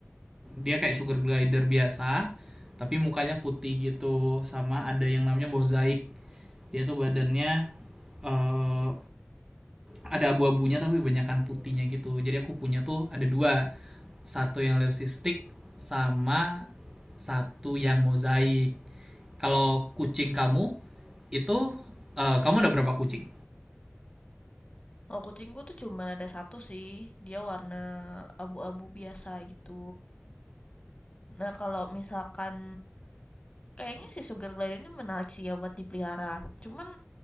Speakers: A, on the right; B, on the left.
A: dia kayak sugar glider biasa, tapi mukanya putih gitu. Sama ada yang namanya mozaik. Dia tuh badannya eh, ada abu-abunya tapi kebanyakan putihnya gitu jadi aku punya tuh ada dua satu yang leucistik sama satu yang mozaik kalau kucing kamu itu eh, kamu udah berapa kucing
B: Oh, kucingku tuh cuman ada satu sih, dia warna abu-abu biasa gitu. Nah, kalau misalkan kayaknya si sugar glider ini menarik sih ya buat dipelihara. Cuman